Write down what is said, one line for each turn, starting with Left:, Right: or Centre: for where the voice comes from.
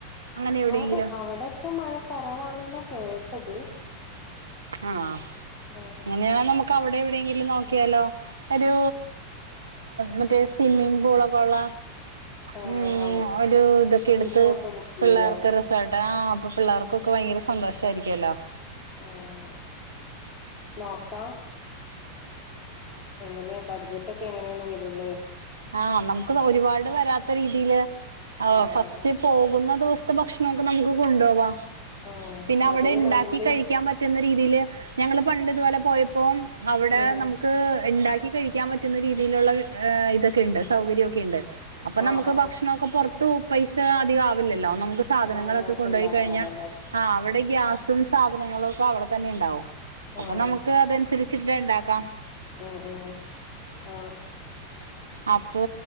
Right: അങ്ങനെ
Left: ഉം
Right: എവിടെയെങ്കിലും
Left: അവിടെ അവിടൊക്കെ മഴ കൊറവാണെന്നാ കേട്ടത്
Right: ആഹ്
Left: ആഹ്
Right: അങ്ങനെയാണെ നമുക്ക് അവിടെ എവിടെയെങ്കിലും നോ ക്കിയാല്ലോ ഒരു മറ്റേ സ്വിമ്മിംഗ് പൂളൊക്കെ ഒള്ള
Left: ആഹ്
Right: ഉം ഒരു ഇതൊക്കെ എടുത്ത്
Left: റിസോർട്ട് ബുക്ക് ചെയ്യല്ലേ
Right: പിള്ളാർക്ക് റെസ് പെട അപ്പൊ പിള്ളാർക്കൊക്കെ ഭയങ്കര സന്തോഷായിരിക്കുല്ലോ
Left: ഉം നോക്കാം എങ്ങനെയാ ബഡ്ജറ്റ് ഒക്കെ എങ്ങനെയാണ് വര്ന്നെ
Right: ആഹ് നമുക്ക് ഒരുപാട് വരാത്ത രീതിയില് ഓ
Left: ആഹ്
Right: ഫസ്റ്റ് പോകുന്ന ദിവസം ത്ത ഭക്ഷണൊക്ക നമുക്ക് കൊണ്ടോവാ
Left: ആഹ്
Right: പിന്നെ അവിടെ
Left: അതില്
Right: ഇണ്ടാക്കി
Left: വണ്ടി
Right: കഴിക്കാൻ പറ്റ് റ്റുന്ന രീതിയില് ഞങ്ങള് പണ്ട് ഇതുപോലെ പോയപ്പോ അവിടെ
Left: ഉം
Right: നമുക്ക് ഇണ്ടാക്കി കഴിക്കാൻ പറ്റുന്ന രീതിയിലുള്ള ഇതൊക്കെ ഉണ്ട്, സൗകര്യമൊക്കെ ഉണ്ട്. അപ്പൊ
Left: ആഹ്
Right: നമുക്ക്
Left: ആഹ്
Right: ഭക്ഷണൊക്കെ പുറത്തു പൈസ അധിക ആവില്ലല്ലോ. നമുക്ക് സാധനങ്ങളൊക്കെ
Left: ആഹ് മോക്ക്
Right: കൊണ്ടുപോയി
Left: ഇണ്ടാക്കാലോല്ലേ
Right: കഴിഞ്ഞാ, ആ അവിടെ ഗ്യാസും സാധനങ്ങളും ഒക്കെ അവിടെ തന്നെ ഉണ്ടാവും. അപ്പൊ
Left: ആഹ്
Right: നമുക്ക് അത് അനു സരിച്ചിട്ട് ഇണ്ടാക്കാം.
Left: ആ ആ ആഹ.
Right: അപ്പൊ